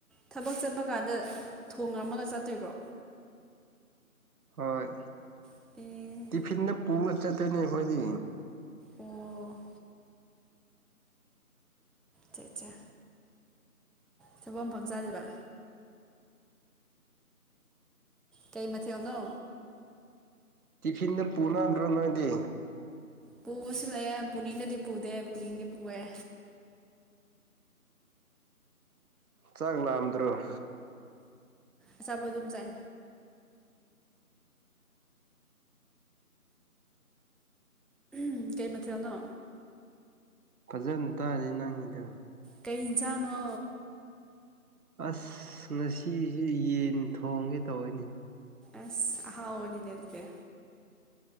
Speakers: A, in the centre; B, on the right.
A: ꯊꯕꯛ ꯆꯠꯄ ꯀꯥꯟꯗ ꯊꯣꯡꯂꯝꯃꯒ ꯆꯠꯇꯣꯏꯔꯣ
B: ꯍꯣꯏ
A: ꯑꯦ
B: ꯇꯤꯐꯤꯟꯅ ꯄꯨꯅ ꯆꯠꯇꯣꯏꯅꯦ ꯑꯩꯈꯣꯏꯗꯤ
A: ꯑꯣ ꯆꯥ ꯆꯥ ꯊꯕꯛ ꯃꯐꯝ ꯆꯥꯗꯣꯏꯕ ꯀꯩ ꯃꯊꯦꯜꯅꯣ
B: ꯇꯤꯐꯤꯟꯗ ꯄꯨꯅꯍꯟꯗ꯭ꯔꯣ ꯅꯣꯏꯗꯤ
A: ꯄꯨꯕꯁꯨ ꯂꯩꯌꯦ ꯄꯨꯅꯤꯡꯗꯗꯤ ꯄꯨꯗꯦ ꯄꯨꯅꯤꯡꯗꯤ ꯄꯨꯌꯦ
B: ꯆꯥꯛ ꯂꯥꯝꯗ꯭ꯔꯣ
A: ꯑꯆꯥꯄꯣꯠ ꯗꯨꯝ ꯆꯥꯏ ꯎꯝ ꯀꯩ ꯃꯊꯦꯜꯅꯣ
B: ꯐꯖꯟ ꯇꯥꯗꯦ ꯅꯪꯒꯤꯗꯣ
A: ꯀꯩ ꯍꯤꯟꯁꯥꯡꯅꯣ
B: ꯑꯁ ꯉꯁꯤꯁꯤ ꯌꯦꯟ ꯊꯣꯡꯒꯦ ꯇꯧꯏꯅꯦ
A: ꯑꯁ ꯑꯍꯥꯎꯕꯅꯤꯅꯦ ꯗꯨꯗꯤ